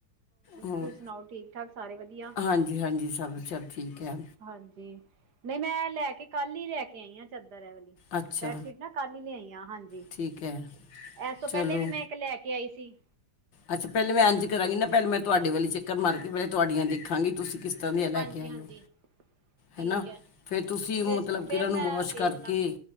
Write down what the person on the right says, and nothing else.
ਤੁਸੀਂ ਸੁਣਾਓ ਠੀਕ ਠਾਕ ਸਾਰੇ ਵਧੀਆ?
ਹਾਂਜੀ, ਨਈ ਮੈਂ ਲੈ ਕੇ ਕਾੱਲ ਈ ਲੈ ਕੇ ਆਈ ਆ ਚੱਦਰ ਐ ਵਲੀ,
ਬੈਡਸ਼ੀਟਾਂ ਕਲ੍ਹ ਈ ਲਿਆਈ ਆ, ਹਾਂਜੀ,
ਐਸ ਤੋਂ
ਪੇਲੇ ਵੀ ਮੈਂ ਇੱਕ ਲੈ ਕੇ ਆਈ ਸੀ।
ਹਾਂਜੀ-ਹਾਂਜੀ,
ਠੀਕ
ਹੈ
ਫਿਰ
ਫੇਰ
ਮੈਂ
ਵੇਖ
ਲਾਂਗੀ।